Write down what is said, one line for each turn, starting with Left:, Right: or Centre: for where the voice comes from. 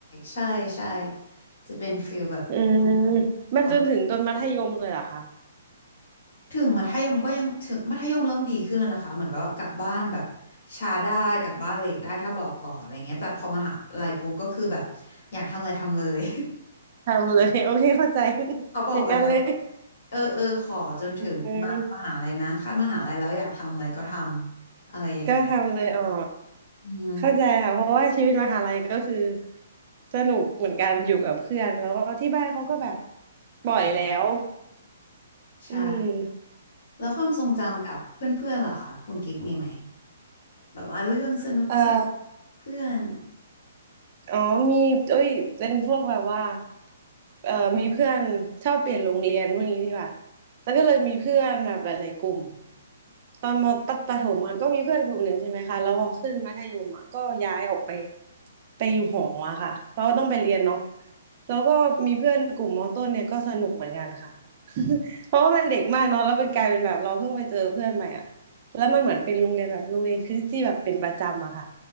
Left: ใช่ใช่จะเป็นฟิลแบบ
Right: อืมมันจนถึงตอนมัธยมเลยเหรอคะ
Left: เออ ถึงมัธยมก็ยังถึงมัธยมเริ่มดีขึ้นแล้วนะคะเหมือนแบบว่ากลับบ้านแบบช้าได้กลับบ้านเลทได้ถ้าบอกก่อนอะไรเงี้ยแต่พอมหาลัยปุ๊บก็คือแบบอยากทำอะไรทำเลย
Right: ทำเลย <laughs> โอเคเข้าใจ
Left: <laughs>
Right: <laughs>
Left: เขาบอกไว้แล้วว่า
Right: อย่างกันเลย
Left: เออเออขอจนถึงแบบมหาลัยนะถ้ามหาลัยแล้วอยากทำอะไรก็ทำอะไรอย่างเงี้ย
Right: อืมก็ทำเลยอ๋อ
Left: อืม
Right: เข้าใจค่ะเพราะว่าชีวิตมหาลัยก็คือสนุกเหมือนกันอยู่กับเพื่อนแล้วก็ที่บ้านเขาก็แบบปล่อยแล้ว
Left: ใช่
Right: อืม
Left: แล้วความทรงจำกับเพื่อนๆล่ะคะคุณกิฟต์มีไหมแบบว่าเรื่องสนุกสนก
Right: เออ
Left: เพื่อน
Right: อ๋อมีเอ้ยเป็นพวกแบบว่าเอ่อมีเพื่อนชอบเปลี่ยนโรงเรียนพวกนี้ดีกว่าแล้วก็เลยมีเพื่อนแบบหลายๆกลุ่มตอนมปประถมอ่ะก็มีเพื่อนกลุ่มหนึ่งใช่ไหมคะแล้วพอขึ้นมัธยมอ่ะก็ย้ายออกไปไปอยู่หออะค่ะเพราะว่าต้องไปเรียนเนาะแล้วก็มีเพื่อนกลุ่มมต้นเนี่ยก็สนุกเหมือนกันค่ะ <laughs> เพราะว่ามันเด็กมากเนาะแล้วเป็นกลายเป็นแบบเราเพิ่งไปเจอเพื่อนใหม่อ่ะแล้วมันเหมือนเป็นโรงเรียนแบบโรงเรียนคริสต์ที่แบบเป็นประจำอะค่ะ